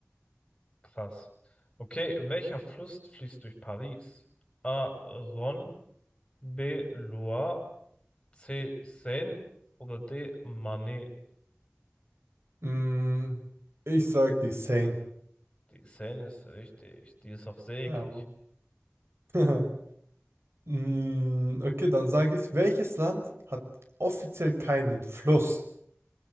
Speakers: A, on the left; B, on the right.
A: krass. Okay, welcher Fluss fließt durch Paris? A. Rhône, B. Loire, C. Seine oder D. Manet?
B: Mm, ich sag die Sane.
A: Die Seine ist richtig, die ist auch seglig.
B: Jawohl. <laughs> Mm, okay, dann sage ich, welches Land hat offiziell keinen Fluss?